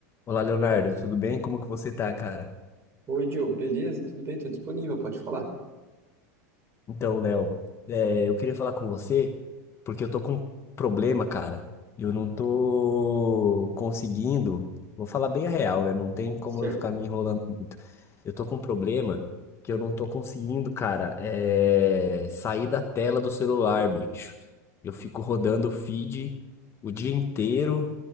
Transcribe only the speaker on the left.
Olá, Leonardo, tudo bem? Como que você tá, cara?
Então, Léo, é, eu queria falar com você porque eu tô com um problema, cara. Eu não tô conseguindo. Vou falar bem a real, né? Não tem como
eu ficar me enrolando muito. Eu tô com um problema que eu não tô conseguindo, cara, é, sair da tela do celular, bicho. Eu fico rodando o feed o dia inteiro,